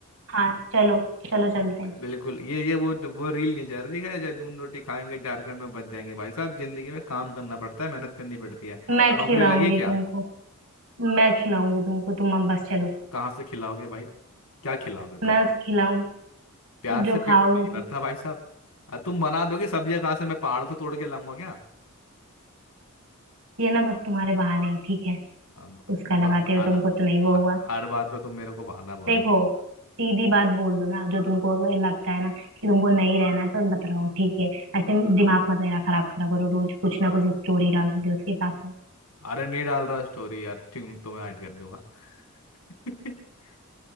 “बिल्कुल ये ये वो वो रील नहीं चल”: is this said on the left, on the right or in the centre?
Left